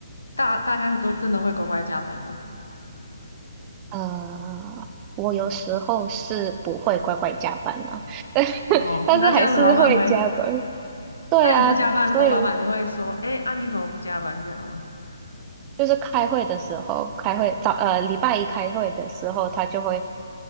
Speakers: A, on the left; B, on the right.
A: 大大家都真的会乖乖加班吗？
B: 呃，我有时候是不会乖乖加班啦，<laughs> 但是
A: 哦，
B: 但是还是会加班，
A: 那这样子老板会，
B: 对啊，
A: 那你不加班的时候，
B: 所以。
A: 老板就会说，哎，啊你怎么不加班这样吗？
B: 就是开会的时候，开会早呃礼拜一开会的时候，他就会